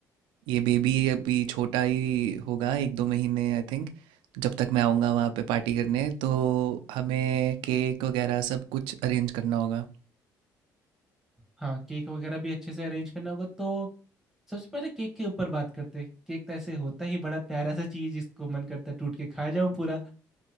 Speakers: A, on the right (about 85°); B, in the centre.
A: ये बेबी अभी छोटा ही होगा एक दो महीने आई थिंक जब तक मैं आऊँगा वहाँ पे पार्टी करने तो हमें केक वगैरह सब कुछ अरेंज करना होगा
B: हाँ केक वगैरह भी अच्छे से अरेंज करना होगा तो सबसे पहले केक के ऊपर बात करते हैं केक तो ऐसे होता ही बड़ा प्यारा सा चीज जिसको मन करता है टूट के खा जाऊं पूरा